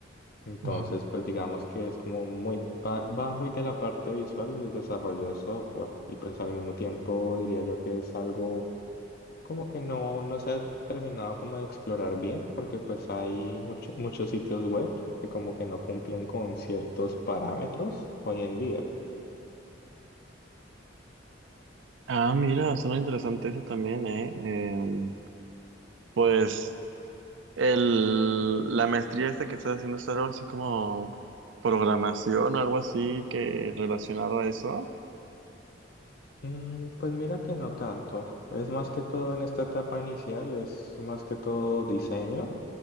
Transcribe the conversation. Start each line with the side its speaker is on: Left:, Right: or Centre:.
Left: Entonces,
Right: Mm.
Left: pues digamos que es como muy, va, va muy de la parte visual del desarrollo de software. Y pues al mismo tiempo diría yo que es algo como que no, no se ha terminado como de explorar bien, porque pues hay mucho- muchos sitios web que como que no cumplen con ciertos parámetros hoy en día.
Right: Ah, mira, suena interesante eso también, ¿eh? Em, pues el, la maestría esta que estás haciendo es algo así como programación o algo así que relacionado a eso.
Left: Mm, pues mira que no tanto. Es más que todo en esta etapa inicial, es más que todo diseño